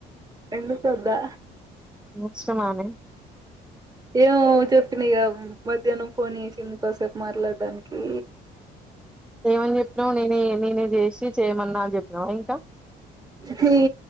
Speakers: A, on the right; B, in the centre.
A: ఎందుకొద్దా
B: మోక్షమానే
A: ఏమో చెప్పినా ఇగ మధ్యానం ఫోన్ చేసింది కాసేపు మాట్లాడడానికి
B: ఏమని చెప్పినావు నేనే నేనే చేసి చేయమన్నా అని చెప్పినావా ఇంకా
A: హీ